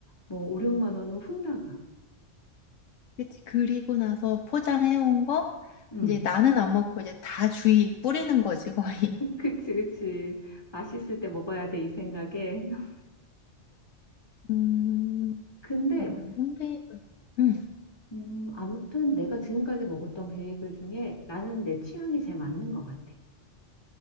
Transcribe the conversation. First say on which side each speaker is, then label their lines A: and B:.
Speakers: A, on the left; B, on the left.
A: 뭐 5, 6만 원은 훅 나가.
B: 그치. 그리고 나서 포장해온 거,
A: 음.
B: 이제 나는 안 먹고 이제 다 주위 뿌리는 거지, 거의.
A: <laughs> 그치, 그치. 맛있을 때 먹어야 돼, 이 생각에. <laughs>
B: <laughs> 음,
A: 근데,
B: 아런이데 음,
A: 음, 아무튼 내가 지금까지 먹었던 베이글 중에 나는 내 취향이 제일 맞는 것 같아.